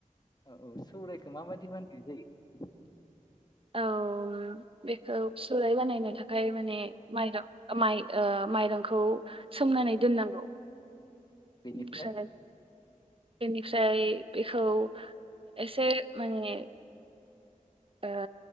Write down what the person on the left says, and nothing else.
औ औ सौरायाइखौ माबायदि बानायनाय जायो?
बेनिफ्राय